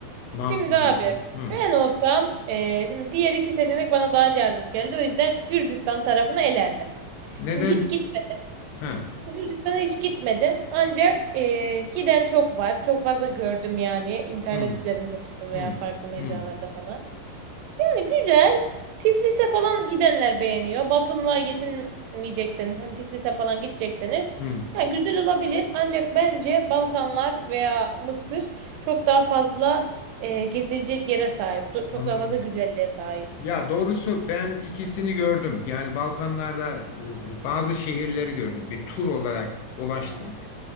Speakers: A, on the left; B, on the right.
A: Makul.
B: Şimdi abi
A: görünüyor?
B: ben
A: Hı.
B: olsam eee, şimdi diğer iki seçenek bana daha cazip geldi. O yüzden Gürcistan tarafını elerdim.
A: Neden?
B: Şimdi hiç gitmedim.
A: Ha.
B: Gürcistan'a hiç gitmedim. Ancak eee, giden çok var. Çok fazla gördüm yani internet
A: Hı.
B: üzerinde olsun veya
A: Hı.
B: farklı mecralarda
A: Hı.
B: falan. Yani güzel. Tiflis'e falan gidenler beğeniyor. Batum'la yetinmeyecekseniz hani Tiflis'e falan gidecekseniz
A: Hı.
B: yani güzel olabilir. Ancak bence Balkanlar veya Mısır çok daha fazla e, gezilecek yere sahip. Do- Çok
A: Anladım.
B: daha fazla güzelliğe sahip.
A: Ya doğrusu ben ikisini gördüm. Yani Balkanlarda e, e, bazı şehirleri gördüm. Bir tur olarak dolaştık.
B: He,